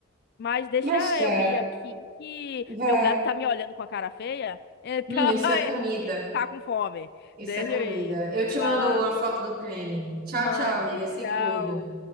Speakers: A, on the left; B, on the right.
A: Mas deixa
B: Mas tá,
A: eu ir aqui que
B: vá.
A: meu gato tá me olhando com a cara feia. Então,
B: Hum,
A: <laughs>
B: isso é comida.
A: Tá com fome.
B: Isso
A: Deixa
B: é comida.
A: eu ir.
B: Eu te
A: Vai
B: mando
A: lá.
B: a foto do creme. Tchau,
A: Mande.
B: tchau, amiga. Se
A: Tchau.
B: cuida.